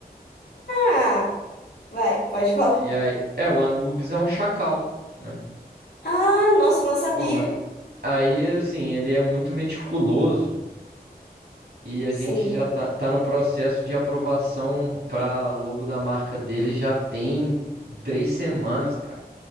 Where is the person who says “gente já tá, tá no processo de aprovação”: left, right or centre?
Right